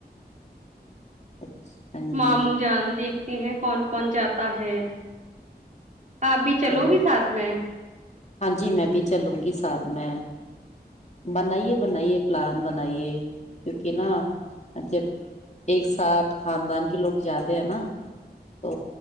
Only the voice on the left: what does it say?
اچھا ہاں جی
اچھا
ہاں جی میں بھی چلوں گی ساتھ میں بنائیے بنائیے پلان بنائیے کیونکہ نا جب ایک ساتھ خاندان کے لوگ جاتے ہیں نا تو